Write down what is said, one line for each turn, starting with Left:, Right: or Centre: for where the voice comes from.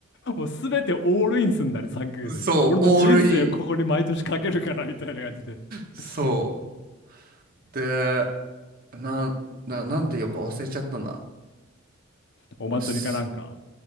Left: もうすべてオールインすんだね、3ヶ月に。
Right: うそうオールイン
Left: 俺の人生をここに毎年かけるから、みたいな感じで。
Right: そ
Left: <laughs>
Right: うでな、な、なんていうか忘れちゃったな。
Left: お祭りかなんか、
Right: す